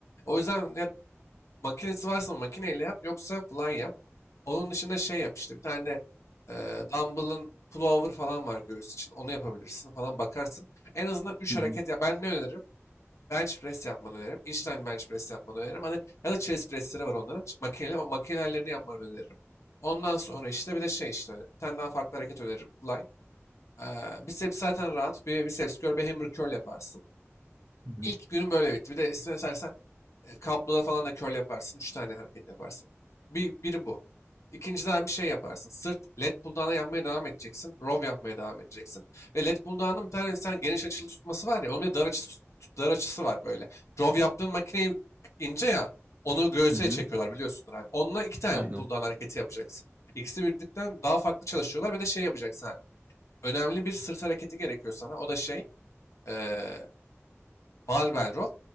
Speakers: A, on the left (about 75°); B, on the right (about 40°).
A: O yüzden ya Makinesi varsa makineyle yap yoksa fly yap. Onun dışında şey yap işte bir tane de e, dumbbell'ın pullover falan var göğüs için. Onu yapabilirsin falan bakarsın. En azından üç
B: Hı hı.
A: hareket ya ben ne öneririm? Bench press yapmanı öneririm. Incline bench press yapmanı öneririm. Hani ya da chest pressleri var onların. Ç- Makineli o makinelerlerini yapmanı öneririm. Ondan sonra işte bir de şey işte bir tane daha farklı hareket öneririm. Fly. Ee, biceps zaten rahat. Bir biceps curl, bir hammer curl yaparsın.
B: Hı hı.
A: İlk günün böyle bitti. Bir de istersen e, Kabloda falan da curl yaparsın. Üç tane hareket yaparsın. Bir, biri bu. İkinciden bir şey yaparsın. Sırt led pulldown'a yapmaya devam edeceksin. Row yapmaya devam edeceksin. Ve led pulldown'ın bir tane sen geniş açılı tutması var ya. Onun bir dar açısı, tut- dar açısı var böyle. Row yaptığın makineyi ince ya. Onu göğüse
B: Hı hı.
A: çekiyorlar biliyorsunuz abi. Onunla iki tane
B: Aynen.
A: pulldown hareketi yapacaksın. İkisi birlikten daha farklı çalışıyorlar ve de şey yapacaksın abi. Önemli bir sırt hareketi gerekiyor sana. O da şey, eee, Barbell